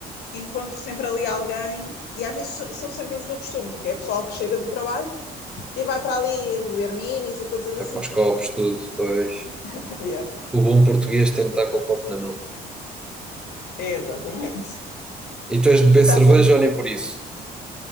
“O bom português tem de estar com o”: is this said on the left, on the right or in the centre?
Centre